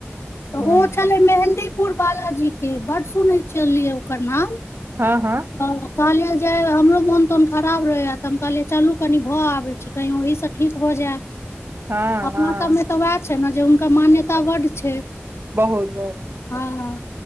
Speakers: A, on the left; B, on the right.
A: तऽ
B: हूँ
A: ओ छलै मेहन्दी पुर बालाजी के बड्ड सुनैत छलियै ओकर नाम
B: हँ हँ
A: ह कहलिये जे हमरो मोन तोन खराब रहे हा तऽ हम कहलिये चलू कनि भऽ आबे छी तऽ कहि वहि सँ ठीक भऽ जाए
B: <inaudible>
A: अपना
B: हँ
A: सबमे तऽ उएह छै ने जे हुनकर मान्यता बड्ड छै
B: बहुत बहुत
A: हँ हं